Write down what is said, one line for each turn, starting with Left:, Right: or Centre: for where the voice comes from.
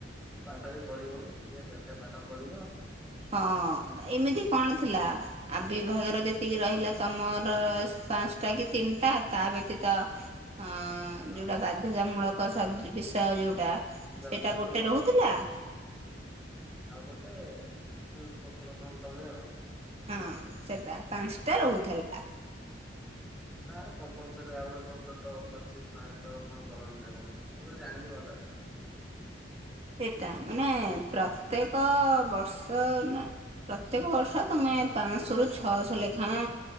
Centre: ପାଠ ବି ପଢ଼ି ହଉନି କିଏ ଏତେ ପାଠ ପଢ଼ିବ
Right: ହଁ ଏମିତି କଣ ଥିଲା? ଆ ବିିଭାଗର ଯେତିକି ରହିଲା ତମର ପାଞ୍ଚଟା କି ତିନିଟା ତା ବ୍ୟତୀତ ଅ
Centre: ହଁ
Right: ଯୋଉଟା ବାଧ୍ୟତାମୂଳକ ସବ ବିଷୟ ଯୋଉଟା
Centre: ବାଧ୍ୟତାମୂଳକ
Right: ସେଇଟା ଗୋଟେ ରହୁଥିଲା
Centre: ଆଉ ଗୋଟେ ଚୁଜ କରୁଥିଲ କଣ ତମେ ଆଉ
Right: ହଁ ସେଟା ପାଞ୍ଚଟା ରେ ରହୁଥିଲା
Centre: ତାର କମ୍ପଲସରୀ ଆଉ ଗୋଟେ କଣ ଛୋଟ ପଚିଶ ମାର୍କ କଣ କରନ୍ତି ନା କଣ? ମୁଁ ତ ଜାଣିନି ଭଲ
Right: ସେଇଟା ମାନେ ପ୍ରତ୍ୟେକ ବର୍ଷ ପ୍ରତ୍ୟେକ ବର୍ଷ ତମେ ପାଞ୍ଚଶହ ରୁ ଛଅଶହ ଲେଖା